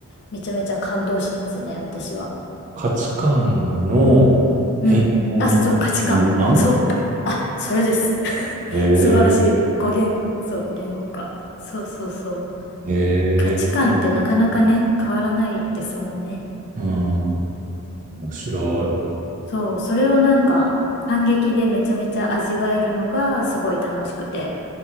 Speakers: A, on the left (about 50°); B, on the right (about 35°).
A: めちゃめちゃ感動しますね、私は。
B: 価値観の変容みたいな瞬間
A: うん。あ、そう、価値観。そう。あ、それです。<laughs>
B: へえ。
A: 素晴らしい。語源、そう、言語化。そうそうそう。
B: ええ、
A: 価値観ってなかなかね、変わらないですもんね。
B: うん、面白い。
A: そう、それをなんか、感激でめちゃめちゃ味わえるのがすごい楽しくて。